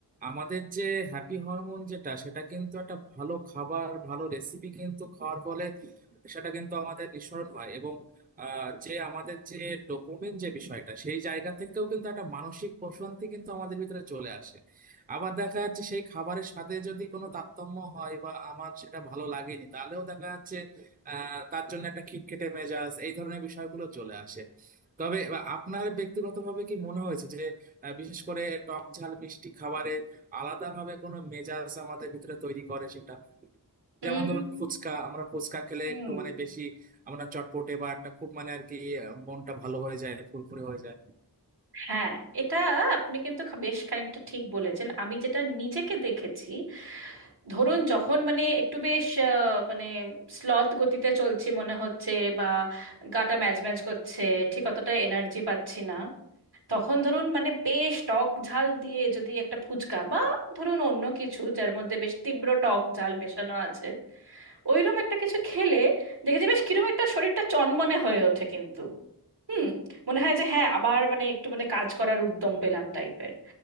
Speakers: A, on the right; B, on the right.
A: আমাদের যে হ্যাপি হরমোন যেটা সেটা কিন্তু একটা ভালো খাবার ভালো রেসিপি কিন্তু খাওয়ার ফলে সেটা কিন্তু আমাদের নিঃসরণ হয় এবং আহ, যে আমাদের যে ডোপামিন যে বিষয়টা সেই জায়গা থেকেও কিন্তু একটা মানসিক প্রশান্তি কিন্তু আমাদের ভিতরে চলে আসে আবার দেখা যাচ্ছে সেই খাবারের সাথে যদি কোনো তারতম্য হয় বা আমার সেটা ভালো লাগেনি তাহলেও দেখা যাচ্ছে আহ তার জন্য একটা খিটখিটে মেজাজ এই ধরনের বিষয়গুলো চলে আসে তবে এবার আপনার ব্যক্তিগতভাবে কি মনে হয়েছে যে আহ, বিশেষ করে টক ঝাল মিষ্টি খাবারে আলাদাভাবে কোনো মেজাজ আমাদের ভিতরে তৈরি করে সেটা
B: উম
A: যেমন ধরুন ফুচকা আমরা ফুচকা খেলে
B: হুম
A: একটু মানে বেশি আমরা চটপটে বা একটা খুব মানে আর কি আহ, মনটা ভালো হয়ে যায় ফুরফুরে হয়ে যায়
B: হ্যাঁ এটা আপনি কিন্তু খা- বেশ খানিকটা ঠিক বলেছেন আমি যেটা নিজেকে দেখেছি ধরুন যখন মানে একটু বেশ আহ, মানে স্লথ গতিতে চলছি মনে হচ্ছে বা গাটা ম্যাজ ম্যাজ করছে ঠিক অতটা এনার্জি পাচ্ছি না তখন ধরুন মানে বেশ টক ঝাল দিয়ে যদি একটা ফুচকা বা ধরুন অন্য কিছু যার মধ্যে বেশ তীব্র টক ঝাল মেশানো আছে ওইরকম একটা কিছু খেলে দেখেছি বেশ কিরম একটা শরীরটা চনমনে হয়ে ওঠে কিন্তু হুম মনে হয় যে হ্যাঁ আবার মানে একটু মানে কাজ করার উদ্যম পেলাম টাইপের